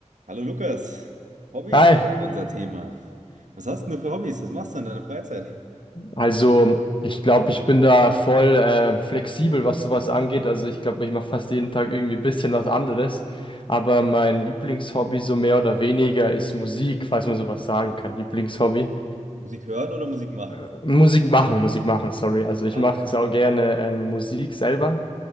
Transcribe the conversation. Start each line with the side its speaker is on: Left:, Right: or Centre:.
Right: Hallo Lukas, Hobbys
Left: Hi,
Right: sind unser Thema. Was hast denn du für Hobbys? Was machst du in deiner Freizeit?
Left: also ich glaube, ich bin da voll äh, flexibel, was sowas angeht. Also ich glaube, ich mache fast jeden Tag irgendwie ein bisschen was anderes. Aber mein Lieblingshobby so mehr oder weniger ist Musik, falls man sowas sagen kann. Lieblingshobby.
Right: Musik hören oder Musik machen?
Left: Äh, Musik machen, Musik machen, sorry. Also ich
Right: Ah,
Left: mache
Right: okay.
Left: sau gerne ähm, Musik selber.